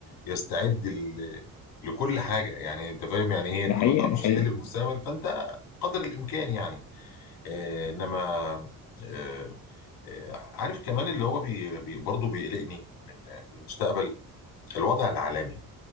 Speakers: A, on the left (about 80°); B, on the left (about 55°).
A: يستعد ل- لكل حاجه يعني انت فاهم يعني ايه انت
B: دي حقيقة
A: ما تعرفش
B: دي حقيقة
A: ايه اللي في المستقبل فانت قدر الامكان يعني آه انما آه آه عارف كمان اللي هو بي بي برضه بيقلقني من من المستقبل الوضع العالمي